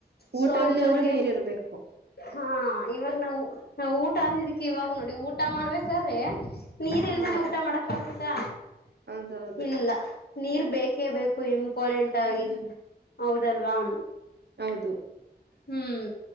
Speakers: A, on the left; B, on the right.
A: ಸೊ
B: ಊಟ
A: ಅಂತವ್ರಿಗೆ
B: ಇಲ್ದದ್ರೂ ನೀರ್ ಇರ್ಬೇಕು
A: ಹಾ ಇವಾಗ ನಾವು ನಾ ಊಟ ಅಂದಿದ್ದಕ್ಕೆ ಇವಾಗ ನೋಡಿ ಊಟ ಊಟ ಮಾಡ್ಬೇಕಾರ್ರಿ ನೀರ್ ಇಲ್ದನೆೇ
B: ಹ
A: ಊಟ ಮಾಡಕ್ ಆಗುತ್ತಾ
B: ಹೌದೌದು
A: ಇಲ್ಲ ನೀರ್ ಬೇಕೇ ಬೇಕು ಇಂಪಾರ್ಟೆಂಟ್
B: ಹ್ಮ್
A: ಆಗಿ ಹೌದಲ್ವಾ
B: ಅದು
A: ಹ್ಮ್